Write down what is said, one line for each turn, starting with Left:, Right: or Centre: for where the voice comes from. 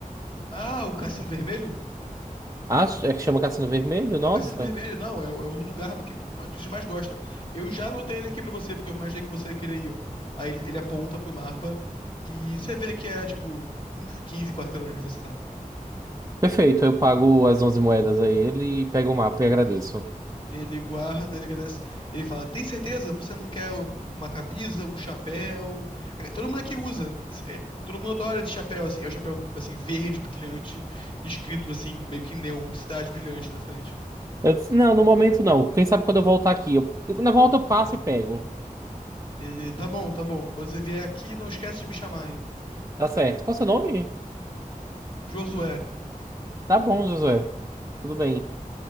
Left: Ah, o Cassino Vermelho?
Right: Acho, é que chama Cassino Vermelho,
Left: É
Right: nossa.
Left: o Cassino Vermelho, não, é, o é o lugar que ma- que vocês mais gostam. Eu já anotei ele aqui pra você, porque eu imaginei que você ia querer ir, ó. Aí ele, ele aponta pro mapa e você vê que é, tipo, uns 15 quarteirões onde você tá.
Right: Perfeito, eu pago as 11 moedas a ele e pego o mapa e agradeço.
Left: Ele guarda, ele agradece. Ele fala: Tem certeza? Você não quer uma camisa, um chapéu? Todo mundo aqui usa. é, Todo mundo adora esse chapéu, assim. É um chapéu, assim, verde, brilhante, escrito, assim, meio que neon, cidade brilhante na frente.
Right: Eu disse, não, no momento não. Quem sabe quando eu voltar aqui. Eu- na volta eu passo e pego.
Left: Ele, tá bom, tá bom. Quando você vier aqui, não esquece de me chamar, hein?
Right: Tá certo. Qual é o seu nome?
Left: Josué,
Right: Tá bom, Josué. Tudo bem.